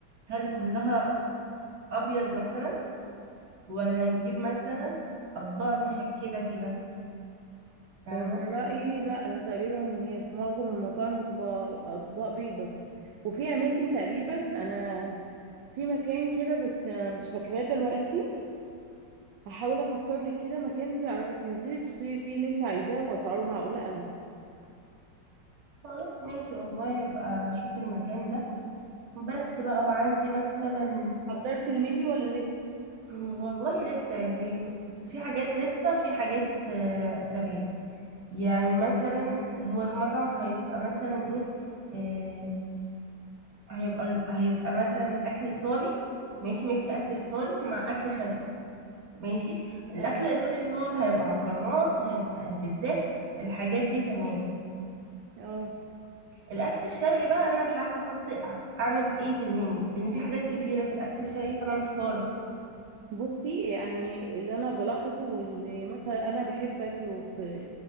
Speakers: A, on the right (about 65°); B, on the right (about 85°).
A: هل كلها ابيض مثلا ولا نجيب مثلا اطباق مشكله كده فاهمه
B: انا رايي لا انا تقريبا هي في معظم المطاعم بتبقى اطباق بيضه وفي اماكن تقريبا انا في مكان كده بس مش فاكراه دلوقتي هحاول افكر لك كده مكان تعر- تنزلي تشتري فيه اللي انت عايزاه واسعاره معقوله قوي
A: خلاص ماشي والله ابقى اشوف المكان ده بس
B: اه
A: بقى وعندي مثلا
B: حضرت المنيو ولا لسه
A: والله لسه يعني في حاجات لسه وفي حاجات آه، تمام يعني مثلا هو المطعم هيبقى مثلا ايه آه، هيبقى هيبقى مثلا اكل ايطالي ماشي ميكس اكل
B: اه
A: ايطالي مع اكل شرقي ماشي الاكل
B: اه
A: الايطالي اللي هو هيبقى مكرونات هيبقى البيتزات الحاجات دي تمام
B: اه
A: الاكل الشرقي بقى انا مش عارفه احط اعمل ايه في المنيو لان في حاجات كتيره في الاكل الشرقي فانا محتاره
B: بصي يعني اللي انا بلاحظه واللي مثلا انا بحب اكله في